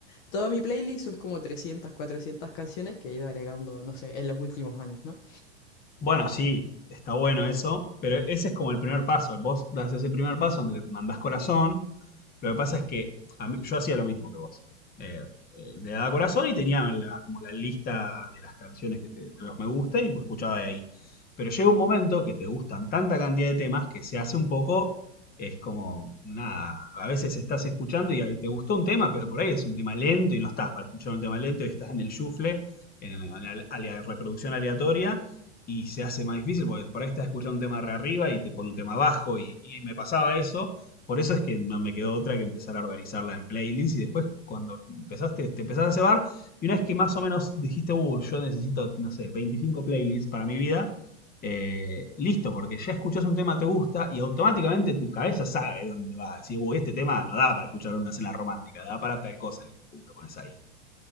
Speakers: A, on the left; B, on the left.
A: Todo mi playlist son como 300 400 canciones que he ido agregando, no sé, en los últimos años, ¿no?
B: Bueno, sí, está bueno eso, pero ese es como el primer paso. Vos das ese primer paso donde le mandás corazón, Lo que pasa es que a mí- yo hacía lo mismo que vos. Eh, eh, le daba corazón y tenía la- como la lista de las canciones que te, de los me gusta y pues escuchaba de ahí. Pero llega un momento que te gustan tanta cantidad de temas que se hace un poco, es como, nada, a veces estás escuchando y ahí te gustó un tema, pero por ahí es un tema lento y no estás para escuchar un tema lento y estás en el shuffle, en, en la alea- reproducción aleatoria y se hace más difícil porque por ahí estás escuchando un tema re arriba y te pone un tema abajo y, y me pasaba eso por eso es que no me quedó otra que empezar a organizarla en playlists y después cuando empezaste, te empezás a cebar y una vez que más o menos dijiste, uh, yo necesito, no sé, 25 playlists para mi vida, eh, listo, porque ya escuchás un tema, te gusta y automáticamente tu cabeza sabe dónde va. Decís, uy, este tema no da para escuchar una cena romántica, da para tal cosa, listo, pum, lo pones ahí.